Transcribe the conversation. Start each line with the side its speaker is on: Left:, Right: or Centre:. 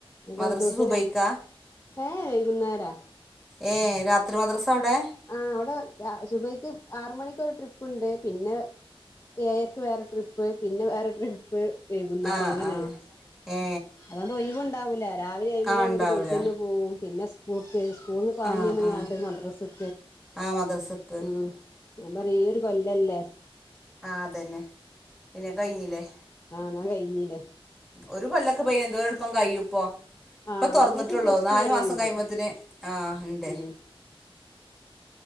Centre: മദ്രസ
Left: എ ട്യൂഷന്
Centre: സുബൈക്കാ
Left: ഏ വൈകുന്നേരാ
Centre: ഏ രാത്രി മദ്രസ അവിടെ-
Left: ആഹ് അവിടെ രാ സുബൈക്ക് ആറ് മണിക്ക്രു ഒര് ട്രിപ്പ്ണ്ട് പിന്നെ- ഏയയ്ക്ക് വേറെ ട്രിപ്പ് പിന്നെ വേറെ ട്രിപ്പ്- പ്പ് വൈകുന്നരം
Centre: ആ
Left: അങ്ങനെയാണ്
Centre: ആ ഏ
Left: അതൊണ്ട്ഒഴ്വണ്ട രാവിലെ ഏഴുമ മണിയ
Centre: ആ ഉണ്ടാവൂല
Left: ആമ്പോൾ ട്യൂഷന് പോവും പിന്നെ സ്കൂൾക്ക് സ്കൂളിൽന്ന് പാഞ്ഞ്ന്നങ്ങാണ്ട്
Centre: ആ ആ
Left: മദ്രസ്സ്-
Centre: ആ മദ്രസക്ക്
Left: ഉം ഞാൻ പറയ് ഈ ഒരു കൊല്ലല്ലേ?
Centre: ആഹ് അതന്നെ പിന്നെ കഴിഞ്ഞില്ലേ-
Left: ആന്നാ കഴിഞ്ഞീല്ലേ-
Centre: ഒരു കൊല്ലൊക്കെ പയി എന്തോരെളുപ്പം കഴും ഇപ്പോ-
Left: ആ
Centre: ഇപ്പ തൊർന്ന്ട്ടൊള്ളു
Left: മദ്രസ് പ്ലസ്
Centre: നാൽ
Left: ടു വരെ
Centre: മാസം
Left: ഉണ്ട്
Centre: കയ്യുമ്പോത്തിന് ആഹ് ഇണ്ട്
Left: ഉം